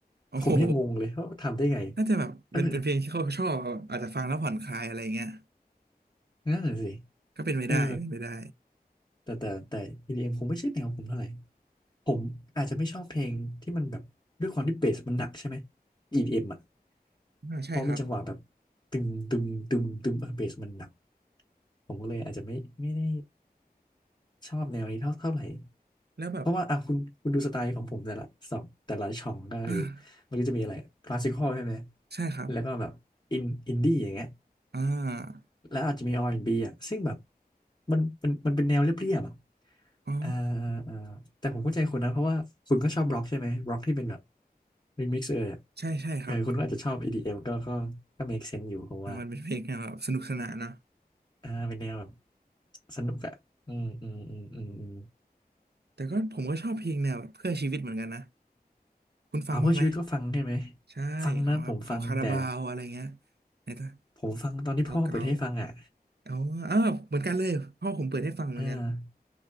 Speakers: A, on the right (about 90°); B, on the left (about 25°).
A: โอ้โห
B: ผมยังงงเลยว่าทำได้ไง
A: น่าจะแบบเป็นเป็นเพลงที่เขาชอบแบบอาจจะฟังแล้วผ่อนคลายอะไรเงี้ย
B: เออนั่นแหละสิ
A: ก็เป็นไปได้เป็นไปได้
B: เออแต่แต่แต่ EDM คงไม่ใช่แนวผมเท่าไหร่ ผมอาจจะไม่ชอบเพลงที่มันแบบด้วยความที่เบสมันหนักใช่ไหม EDM อมอ่ะ
A: อ่าใช่ครับ
B: เพราะมันจังหวะแบบตึมตึมตึมตึมเออเบสมันหนัก ผมก็เลยอาจจะไม่ไม่ได้ชอบแนวนี้เท่าเท่าไหร่
A: แล้วแบบ
B: เพราะว่าอ่ะคุณคุณดูสไตล์ของผมแต่ละสองแต่ละช่องก็คือ
A: อ่า
B: มันก็จะมีอะไรคลาสสิคอลใช่ไหม
A: ใช่ครับ
B: แล้วก็แบบอินอินดี้อย่างเงี้ย
A: อ่า
B: แล้วอาจจะมี R&B อนด์บีอ่ะซึ่งแบบมันมันมันเป็นแนวเรียบๆอ่ะ
A: อ๋อ
B: เอ่อเอ่อแต่ผมเข้าใจคุณนะเพราะว่าคุณก็ชอบบล็อกใช่ไหมบล็อกที่เป็นแบบรีมิกซ์เอยอะ
A: ใช่ใช่ครับ
B: เออคุณก็อาจจะชอบ EDM ก็ก็ก็ make sense อยู่ผมว่า
A: อ่ามันเป็นเพลงแนวแบบสนุกสนานนะ
B: อ่าเป็นแนวแบบสนุกอ่ะอืมอืมอืมอืมอืม
A: แต่ก็ผมก็ชอบเพลงแนวแบบเพื่อชีวิตเหมือนกันนะคุณฟังบ้างไหม
B: เอาเพื่อชีวิตก็ฟังใช่ไหม
A: ใช่ของแบบของคาราบาวอะไรเงี้ย
B: ฟังนะผมฟังแต่
A: ในตะ
B: ผมฟังตอนที่พ่อเปิดให้ฟังอ่ะ
A: เพลงเก่าๆเอ๋ออาวเหมือนกันเลยพ่อผมเปิดให้ฟังเหมือนกัน
B: เออ